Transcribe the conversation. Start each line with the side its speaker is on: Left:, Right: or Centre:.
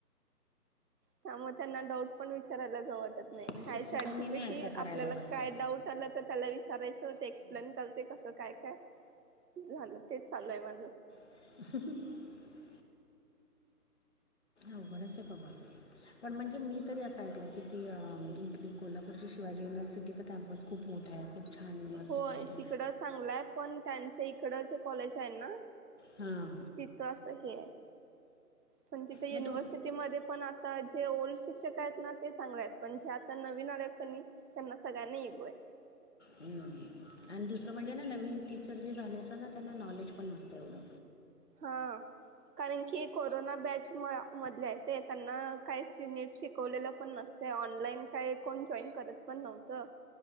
Right: त्या मग त्यांना डाऊट पण विचारायला जा वाटत नाही
Left: पण
Right: हाय
Left: शिक्षकांनी
Right: चारजीपेटी
Left: नाही असं
Right: आपल्याला
Left: करायला पाहिजे
Right: काय डाऊट आलं तर त्याला वि विचारायचं ते एक्सप्लेन करते कसं काय काय झालं तेच चालय माझ
Left: <inaudible> अवघडच बाबा पण म्हणजे मी त असं ऐकलं की ती इथली कोल्हापूरची शिवाजी युनिव्हर्सिटीचा कॅम्पस खूप मोठा आहे खूप छान युनिव्हर्सिटी
Right: होय
Left: आहे
Right: तिकड चांगलंय पण त्यांच्या इकड जे कॉलेज आहे ना
Left: हां
Right: तिथ असं ह आहे पण तिथे युनव्हर्सिटीमध्ये
Left: मग तू
Right: पण. आता जे ओल्ड शिक्षक आहेत ना? ते चांगले आहेत. पण जे आता नवीन आले आहेत कनी त्यांना सगळ्यांना इगो हाय.
Left: हम्म आणि दुसरं म्हणजे ना नवीन टीचर जे झाले असात ना, त्यांना नॉलेज पण नसत एवढं.
Right: हा. कारण की, कोरोना बॅच म मधले आहेत, ते त्यांना काही नीट शिकवलेलं पण नस ते. ऑनलाईन काय कोण जॉईन करत पण नव्हतं?